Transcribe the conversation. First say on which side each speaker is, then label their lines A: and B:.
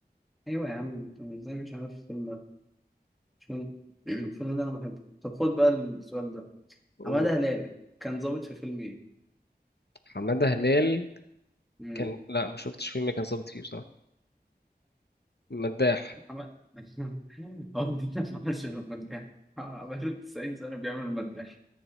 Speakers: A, in the centre; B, on the left (about 75°).
A: ايوه يا عم انت ازاي مش عارف الفيلم ده مش فاهم. <clears throat> الفيلم ده انا بحبه طب خد بقى السؤال ده
B: قول
A: حمادة هلال كان ظابط في فيلم ايه؟
B: حمادة هلال
A: امم
B: كان لا ما شفتش فيلم كان ظابط فيه بصراحة مداح
A: حمادة <laughs> هو ما بيعملش غير مداح آه، بقاله 90 سنة بيعمل المداح